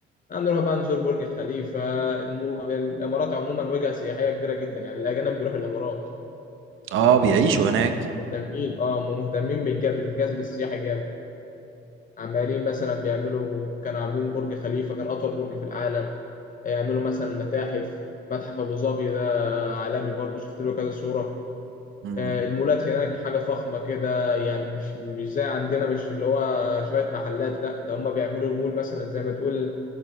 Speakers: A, on the left; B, on the right.
A: هنروح بقى نزور برج خليفة المو... الإمارات عموما وجهة سياحية كبيرة جدا يعني الأجانب بيروحوا الإمارات
B: اه بيعيشوا
A: أو هم
B: هناك
A: مهتمين اه هم مهتمين بالج- بالجذب السياحي جامد عمالين مثلا بيعملوا كانوا عاملين برج خليفة كان أطول برج في العالم يعملوا مثلا المتاحف متحف أبو ظبي ده عالمي برضو شفت له كذا صورة
B: مم.
A: آه، المولات هناك حاجة فخمة كده يعني مش مش زي عندنا مش اللي هو شوية محلات لا ده هم بيعملوا المول مثلا زي ما تقول